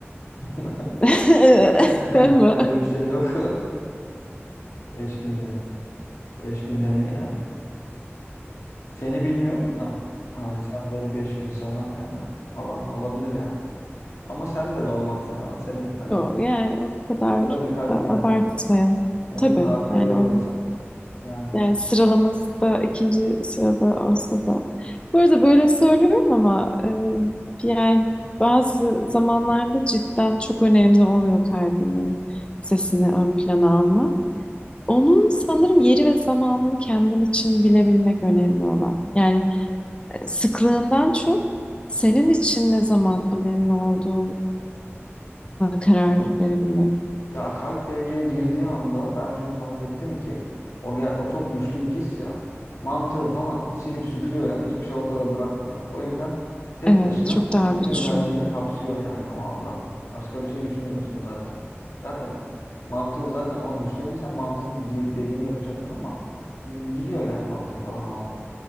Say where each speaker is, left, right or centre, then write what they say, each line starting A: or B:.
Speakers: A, on the left; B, on the left.
A: <laughs>
B: <laughs>
A: E, e, e.
B: Ama
A: Öyle bir şey yok. <laughs> 5 günde. 5 günde ne ya? Seni bilmiyorum da. Yani sen belki 5 gün sonra yani falan olabilir yani. Ama sende de olmaz ya. Senin de kalbin
B: Yok
A: var.
B: yani o kadar
A: O da bir kalp
B: da
A: yani.
B: abartmayalım.
A: Ne
B: Tabii
A: kadar arkaya
B: yani
A: da koysan.
B: onu
A: Yani
B: yani sıralaması da ikinci sırada olsa da. Bu arada böyle söylüyorum ama e, yani bazı zamanlarda cidden çok önemli oluyor kalbinin sesini ön plana almak. Onun sanırım yeri ve zamanını kendin için bilebilmek önemli olan. Yani sıklığından çok senin için ne zaman önemli olduğuna karar
A: evet.
B: verebilmek.
A: Ya kalp devreye girdiği anda ben şunu fark ettim ki o ge- o çok güçlü bir his ya. Mantığı falan silip süpürüyor yani. Hiçbir şey ortada bırakmıyor. O yüzden tek
B: Evet,
A: başına
B: çok daha
A: bütün
B: güçlü.
A: benliğini kapsıyor yani o anda. Başka bir şey düşünmüyorsun zaten. Zaten mantığı zaten o an düşünebilirsen mantığın di- dediğini yapacaksın ama gidiyor yani mantık falan o anda.